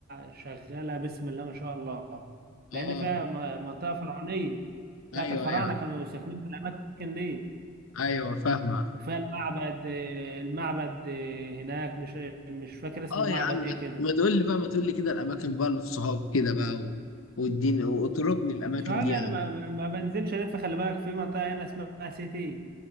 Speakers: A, on the right (about 50°); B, on the left (about 75°).
A: شغاله بسم الله ما شاء الله
B: اه
A: لان فيها م- منطقه فرعونيه بتاعت
B: ايوه
A: الفراعنه
B: ايوه
A: كانوا ساكنين في الاماكن دي
B: ايوه فاهمه
A: وفيها المعبد المعبد هناك مش مش فاكر اسمه
B: اه
A: معبد
B: يا عم
A: ايه كده
B: ما تقول لي بقى ما تقول لي كده الاماكن بقى للصحاب كده بقى و... واديني واطربني الاماكن
A: شوارع
B: دي يعني
A: انا ما, ما بنزلش الف خلي بالك في منطقه هنا اسمها سيتي